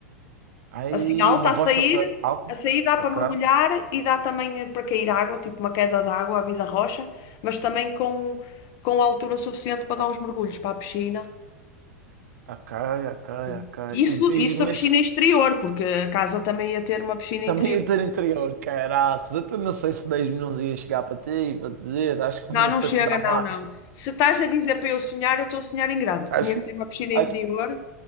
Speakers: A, on the right; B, on the left.
A: Aí
B: Assim, alta
A: uma
B: a
A: rocha
B: sair,
A: co- alta,
B: a sair dá
A: ok.
B: para mergulhar e dá também eh, para cair água, tipo uma queda de água, à vida rocha, mas também com, com altura suficiente para dar uns mergulhos para a piscina.
A: A cai,
B: Sim.
A: a
B: Isso,
A: E,
B: isso
A: e- mas
B: a piscina exterior, porque a casa também ia ter uma piscina
A: também
B: interior.
A: ia ter interior, caraças. Eu até não
B: Sim.
A: sei se 10 milhões ia chegar para ti, para te dizer. Acho que
B: Não,
A: iam
B: não
A: ter-te
B: chega,
A: dar
B: não,
A: mais.
B: não. Se estás a dizer para eu sonhar, eu estou a sonhar em grande.
A: Acho,
B: Tinha que ter uma piscina
A: acho,
B: interior,